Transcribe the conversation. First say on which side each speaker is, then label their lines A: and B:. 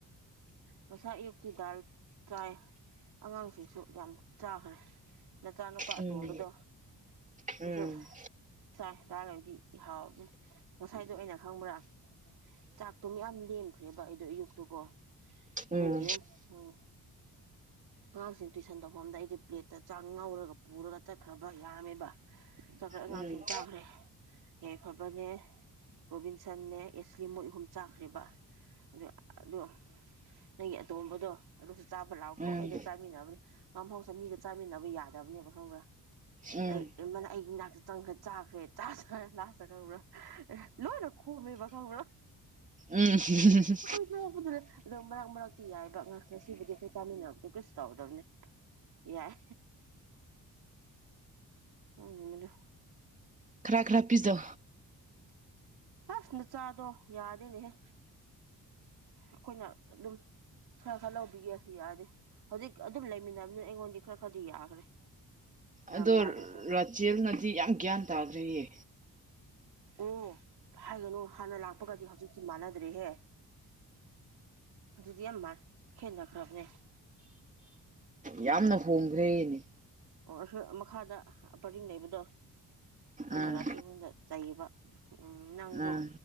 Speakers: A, on the right; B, on the right.
A: ꯃꯁꯥ ꯑꯌꯨꯛꯇꯤ ꯗꯥꯜ ꯆꯥꯏ ꯑꯉꯥꯡꯁꯤꯡꯁꯨ ꯌꯥꯝ ꯆꯥꯈ꯭ꯔꯦ ꯅꯆꯥꯅꯨꯄꯥ ꯑꯇꯣꯝꯕꯗꯣ
B: ꯎꯝ ꯎꯝ
A: ꯑꯗꯨꯁꯨ ꯆꯥꯏ ꯂꯥꯛꯂꯕꯗꯤ ꯍꯥꯎꯕꯅꯤ ꯉꯁꯥꯏꯗꯣ ꯑꯩꯅ ꯈꯪꯕ꯭ꯔꯥ ꯆꯥꯥꯛ ꯇꯣꯃꯤ ꯑ ꯁꯦꯝꯈ꯭ꯔꯦꯕ ꯑꯩꯗꯣ ꯑꯌꯨꯛꯇꯨꯀꯣ
B: ꯎꯝ
A: ꯑꯗꯨꯒꯤ ꯎꯝ ꯑꯉꯥꯡꯁꯤꯡ ꯇꯨꯏꯁꯟ ꯇꯧꯐꯝꯗ ꯑꯩꯗꯤ ꯄ꯭ꯂꯦꯠꯇ ꯆꯥꯛ ꯉꯧꯔꯒ ꯄꯨꯔꯒ ꯆꯠꯈ꯭ꯔꯕ ꯌꯥꯝꯃꯦꯕ ꯆꯠꯈ꯭ꯔ ꯑꯉꯥꯡꯁꯤꯡ
B: ꯎꯝ ꯎꯝ
A: ꯆꯥꯈ꯭ꯔꯦ ꯌꯥꯏꯐꯕꯅꯦ ꯔꯣꯕꯤꯟꯁꯟꯅꯦ ꯑꯦꯁꯂꯤ ꯃꯣꯏꯛ ꯑꯍꯨꯝ ꯆꯥꯈ꯭ꯔꯦꯕ ꯑꯗꯨ ꯑꯗꯣ ꯅꯪꯒꯤ ꯑꯇꯣꯝꯕꯗꯣ ꯑꯗꯨꯁꯨ ꯆꯥꯕ ꯂꯥꯛꯥꯎ
B: ꯎꯝ ꯎꯝ
A: ꯀ ꯑꯩꯒ ꯆꯥꯃꯤꯟꯅꯕꯅꯤ ꯉꯝꯍꯥꯎꯁ ꯃꯤꯒ ꯆꯥꯃꯤꯟꯅꯕ ꯌꯥꯗꯕꯅꯦꯕ ꯈꯪꯕ꯭ꯔꯥ
B: ꯎꯝ
A: ꯑꯩꯅ ꯑꯩꯒꯤꯅꯥꯥꯛꯛꯇ ꯆꯪꯈ꯭ꯔꯦ ꯆꯥꯈ꯭ꯔꯦ ꯆꯥꯈ꯭ꯔ ꯂꯥꯁꯇ ꯈꯪꯕ꯭ꯔꯥ ꯑꯦ ꯂꯣꯏꯅ ꯈꯣꯝꯃꯦꯕ ꯈꯪꯕ꯭ꯔꯥ
B: ꯎꯝ ꯎꯝ
A: ꯑꯩꯈꯣꯏ ꯅꯣꯛꯄꯗꯨꯅ ꯑꯗꯣ ꯃꯔꯛ ꯃꯔꯛꯇꯤ ꯌꯥꯏꯕ ꯉꯍ ꯉꯁꯤꯕꯨꯗꯤ ꯑꯩꯈꯣꯏ ꯆꯥꯃꯤꯟꯅꯔꯗꯨ ꯀꯩꯁꯨ ꯇꯧꯗꯕꯅꯤ ꯌꯥꯏ ꯎ ꯃ
B: ꯈꯔ ꯈꯔ ꯄꯤꯖꯥ
A: ꯑꯁ ꯅ ꯆꯥꯗꯣ ꯌꯥꯗꯅꯦꯍ ꯑꯩꯈꯣꯏꯅ ꯑꯗꯨꯝ ꯈꯔ ꯈꯔ ꯂꯧꯕꯤꯒꯦ ꯌꯥꯔꯦ ꯍꯧꯖꯤꯛ ꯑꯗꯨꯝ ꯂꯩꯃꯤꯟꯅꯕꯅꯤꯅ ꯑꯩꯉꯣꯟꯗꯤ ꯈꯔ ꯈꯔꯗꯤ ꯌꯥꯈ꯭ꯔꯦ ꯌꯥꯝ
B: ꯑꯗꯣ
A: ꯌꯥꯗ꯭ꯔꯁꯨ
B: ꯔꯥꯆꯦꯜꯅꯗꯤ ꯌꯥꯝ ꯒ꯭ꯌꯥꯟ ꯇꯥꯈ꯭ꯔꯦꯌꯦ
A: ꯑꯣ ꯍꯥꯏꯒꯅꯨ ꯍꯥꯟꯅ ꯂꯥꯛꯄꯒꯗꯤ ꯍꯧꯖꯤꯛꯇꯤ ꯃꯥꯟꯅꯗ꯭ꯔꯦꯍꯦ ꯑꯗꯨꯗꯤ ꯌꯥꯝ ꯈꯦꯟꯅꯈ꯭ꯔꯕꯅꯦ
B: ꯌꯥꯝꯅ ꯍꯣꯡꯈ꯭ꯔꯦꯅꯦ
A: ꯑꯣ ꯃꯈꯥꯗ ꯄꯔꯤꯡ ꯂꯩꯕꯗꯣ ꯃꯅꯔꯥꯗ
B: ꯑꯥ
A: ꯆꯩꯌꯦꯕ ꯎꯝ ꯅꯪꯗꯣ
B: ꯑꯥ